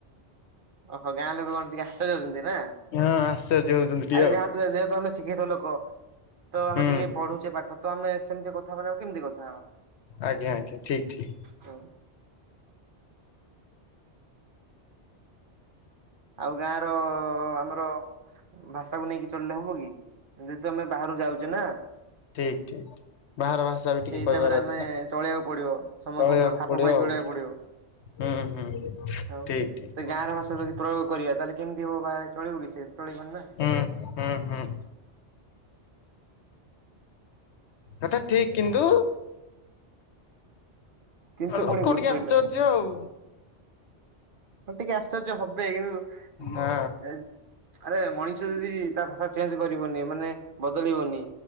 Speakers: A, on the right (about 55°); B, on the left (about 70°).
A: ଓହୋ ଗାଁ ଲୋକ ମାନେ ଟିକେ ଆଶ୍ଚଯ୍ୟ ହେଇଯାଉଛନ୍ତି ନା?
B: ହଁ ଆଶ୍ଚର୍ଯ୍ୟ ହଉଛନ୍ତି ଟିକେ
A: ଆରେ
B: ଆଉ
A: ଯାହାତୁ ଯେହେତୁ ଆମେ ଶିଖିତ ଲୋକ ତ ଆମେ
B: ହୁଁ
A: ଟିକେ ପଢୁଛେ ପାଠ ତ ଆମେ ସେମିତି କଥା ହବନି ଆଉ କେମିତି କଥା ହେବା।
B: ଆଜ୍ଞା, ଆଜ୍ଞା ଠିକ, ଠିକ।
A: ହଁ। ଆଉ ଗାଁର ଆମର ଭାଷାକୁ ନେଇକି ଚଳିଲେ ହବ କି? ଯେହେତୁ ଆମେ ବାହାରରୁ ଯାଉଛେ ନା
B: ଠିକ, ଠିକ, ଠିକ ବାହାର ଭା ଷା ବି ଟିକେ
A: ସେଇ ହିସାବରେ
B: କହିବାର
A: ଆମେ
B: ଅଛି ନା
A: ଚଳିବାକୁ ପଡିବ ସମସ୍ତଙ୍କ
B: ଚଳେଇବାକୁ
A: ସହ ଖାପ
B: ପଡିବ
A: ଖୁଆଇ ଚଳିବାକୁ
B: ଆଉ। ହୁଁ,
A: ପଡିବ
B: ହୁଁ ଠିକ,
A: ଆଉ
B: ଠିକ।
A: ତ ଗାଁର ଭାଷା ଯଦି ପ୍ରୟୋଗ କରିବା, ତାହେଲେ କେମିତି ହବ ବାହାରେ ଚଳିବ କି ସେ? ଚଳିବନି ନା।
B: ହୁଁ ହୁଁ ହୁଁ। ଏଥା ଠିକ। କିନ୍ତୁ
A: କିନ୍ତୁ
B: ଲୋକ
A: ପୁଣି ଗୁଡ୍
B: ଟିକେ
A: ଫ୍ରେଣ୍ଡ
B: ଆଶ୍ଚର୍ଯ୍ୟ ଆଉ।
A: ହ ଟିକେ ଆଶ୍ଚର୍ଯ୍ୟ ହବେ। କିନ୍ତୁ ଉଁ
B: ହଁ
A: ଜ ଆରେ ମଣିଷ ଯଦି ତା ଭାଷା ଚେଞ୍ଜ କରିବନି ମାନେ ବଦଳିବନି